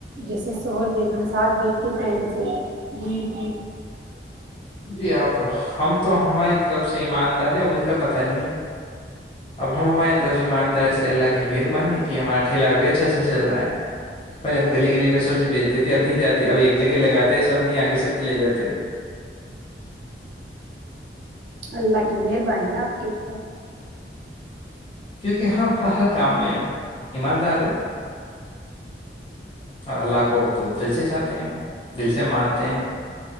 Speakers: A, on the right (about 75°); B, on the left (about 30°).
A: جیسے شوہر بیگم سے ساتھ بیٹھ کے فرینڈ سے گ
B: جی اب ہم تو ہماری طرف سب سے ایماندار ہے ان کا پتا نہیں ہے اب ہم ہمار طرف سے ایماندار سے اللہ کی مہربانی ہے کہ ہمارا ٹھیلا بھی اچھا اچھا چل رہا ہے پل ہم گلی گلی میں سبزی بیچتے تھے اب نہیں جاتی اب ایک جگہ لگاتے ہیں سب نہیں آگے سب لے جاتے ہیں
A: اللہ کی مہربانی آپ کے اوپر
B: کیونکہ ہم ہر کام میں ایماندار ہے اور اللہ کو تو دل سے چاہتے ہیں دل سے مانتے ہیں